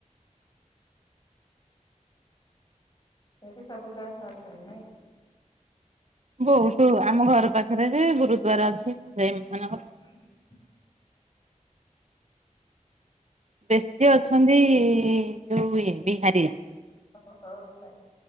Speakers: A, on the left; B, on the right.
A: ସେଇଠି ସବୁ କାଷ୍ଟ ଅଛନ୍ତି ନାଇଁ କି।
B: ବହୁତୁ ଆମ ଘର ପାଖରେ ଯେ ଗୁରୁଦ୍ଵାର ଅଛି ସେଇ ମାନଙ୍କର।
A: <inaudible>
B: ବେଶୀ ଅଛନ୍ତି ଯୋଉ ଇଏ ବିହାରି ଯା
A: ଓ ଓ ହଉ ତାହେଲେ।